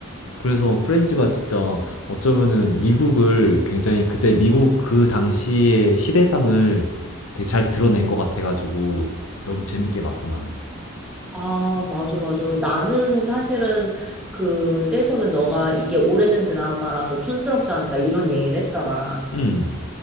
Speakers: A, on the left (about 80°); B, in the centre.
A: 그래서 프렌즈가 진짜 어쩌면은 미국을 굉장히 그때 미국 그 당시의 시대상을 되게 잘 드러낸 것 같아가지고 너무 재밌게 봤어, 난.
B: 아, 맞아, 맞아. 나는 사실은 그, 제일 처음에 너가 이게 오래된 드라마라서 촌스럽지 않을까 이런 얘기를 했잖아.
A: 음.